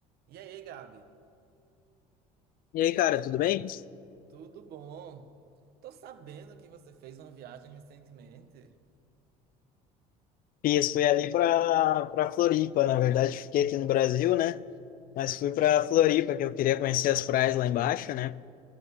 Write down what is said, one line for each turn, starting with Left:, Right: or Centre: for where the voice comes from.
Right: E aí, Gabi?
Left: E aí, cara, tudo bem?
Right: Tudo bom? Tô sabendo que você fez uma viagem recentemente.
Left: Fiz, fui ali para para Floripa, na verdade, fiquei aqui no Brasil, né? Mas
Right: Hum,
Left: fui para Floripa, que eu queria conhecer as praias lá embaixo, né?